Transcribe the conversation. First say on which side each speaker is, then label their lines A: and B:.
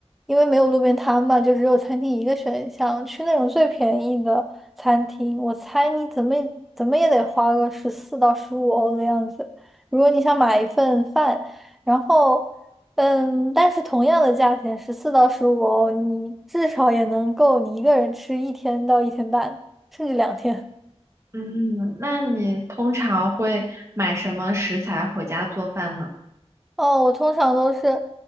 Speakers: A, in the centre; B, on the right.
A: 因为没有路边摊嘛，就只有餐厅一个选项。去那种最便宜的餐厅，我猜你怎么也怎么也得花个十四到十五欧的样子。如果你想买一份饭，然后，嗯，但是同样的价钱，十四到十五欧，你至少也能够你一个人吃一天到一天半，甚至两天。
B: 嗯，那你通常会买什么食材回家做饭呢？
A: 哦，我通常都是